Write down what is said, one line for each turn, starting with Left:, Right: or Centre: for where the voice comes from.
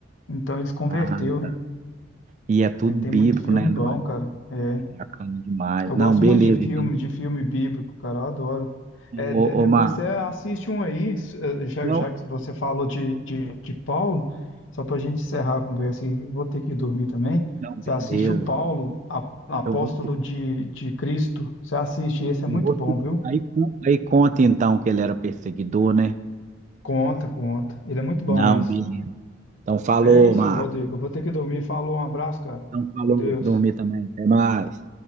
Left: Então, ele se converteu,
Right: Ah,
Left: né?
Right: e é tudo
Left: Mas
Right: bíblico,
Left: tem muito filme
Right: né? Não
Left: bom,
Right: é
Left: cara. É.
Right: bacana demais.
Left: Eu
Right: Não,
Left: gosto
Right: beleza,
Left: muito de filme,
Right: então.
Left: de filme bíblico, cara, eu adoro. É, de-
Right: Ô,
Left: depois
Right: ô, Mar,
Left: você assiste um aí, s- eh, já,
Right: não,
Left: já que você falou de, de, de Paulo, só para a gente encerrar a conversa e vou ter que dormir também.
Right: não, beleza.
Left: Você assiste o Paulo, a- apóstolo
Right: Eu vou,
Left: de, de Cristo. Você assiste, esse é
Right: eu
Left: muito
Right: vou,
Left: bom, viu?
Right: aí, con- aí conta então que ele era perseguidor, né?
Left: Conta, conta. Ele é muito bom,
Right: Não,
Left: esse.
Right: beleza. Então falou,
Left: É isso,
Right: Mar.
Left: Rodrigo. Eu vou ter que dormir. Falou, um abraço, cara.
Right: Então falou,
Left: Com Deus.
Right: dormir também. Até mais.